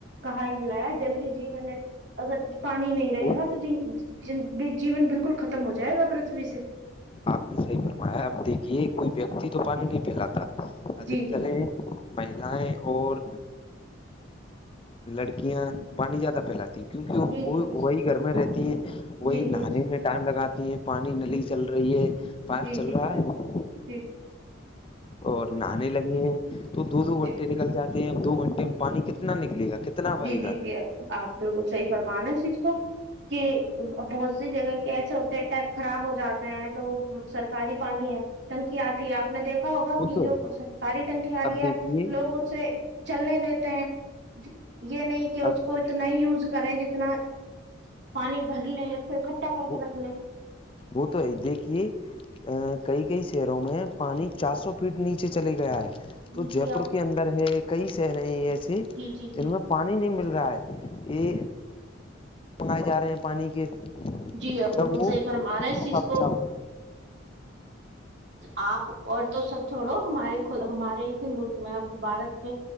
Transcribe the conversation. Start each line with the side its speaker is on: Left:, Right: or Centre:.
Right: کہا ہی گ آیا جلدی جیون نے اگر پانی نہیں رہے
Left: وہ
Right: گا تو ج جیون بالکل ختم ہو جائے گا پرتھوی سے
Left: آپ نے صحیح فرمایا اب دیکھیے کوئی ویکتی تو پانی نہیں پھیلاتا ادھکتر
Right: جی جی
Left: ہے ماہلائیں اور لڑکیاں پانی زیادہ پھیلاتی ہیں کیونکہ
Right: جی جی
Left: وہ
Right: جی
Left: وہی گھر میں رہتی ہیں وہی
Right: جی جی
Left: نہانے میں ٹائم لگاتی ہیں پانی
Right: جی
Left: نلی چل رہی ہے پائپ
Right: جی
Left: چل رہا ہے
Right: جی
Left: اور نہانے لگے ہیں تو دو دو
Right: جی
Left: گھنٹے نکل جاتے ہیں دو گھنٹے میں پانی کتنا نکلے گا کتنا
Right: جی
Left: بہے
Right: جی
Left: گا
Right: جی آپ بالکل صحیح فرمارے اس چیز کو کہ بہت سی جگہ کے ایسے ہوتے ہیں ٹیپ خراب ہو جاتے ہیں تو وہ سرکاری پانی ہے ٹنکی آتی ہے آپ نے دیکھا ہوگا
Left: وہ
Right: کہ
Left: تو
Right: جو
Left: ہے
Right: سرکاری ٹنکی آ رہی
Left: اب
Right: ہے
Left: دیکھیے
Right: لوگ اس سے چلنے دیتے ہیں یہ نہیں کہ اس
Left: اب
Right: کو اتنا ہی یوز کریں جتنا پانی بھر لیں اس سے اکٹھا کر کے
Left: وہ
Right: رکھ لیں
Left: وہ تو ہے ہی دیکھئے ا کئی کئی شہروں میں پانی چار سو فٹ نیچے چلے گیا ہے تو
Right: جی
Left: جے
Right: جی آپ
Left: پور کے اندر ہے کئی شہرے ہے ایسے
Right: جی جی
Left: جن
Right: جی
Left: میں پانی نہیں مل رہا ہے یہ بنائے جا رہے ہیں پانی کے
Right: جی اب
Left: جب
Right: بالکل
Left: وہ
Right: صحیح فرما ر ہے اس چیز
Left: کا
Right: کو
Left: بچا ہو رہا ہے
Right: آپ اور تو سب چھوڑو ہمارے خود ہمارے ہی ملک میں آپ بھارت پہ